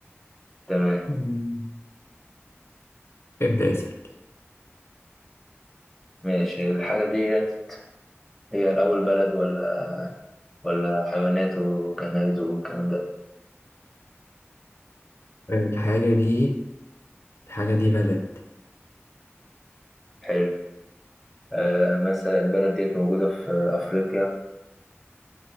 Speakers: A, in the centre; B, on the left (about 65°).
A: تمام
B: مم. ابدأ اسأل
A: ماشي الحاجة ديت هي الأول بلد ولا ولا حيوانات وجماد والكلام ده
B: الحاجة دي الحاجة دي بلد
A: حلو أه مثلا البلد ديت موجودة في أفريقيا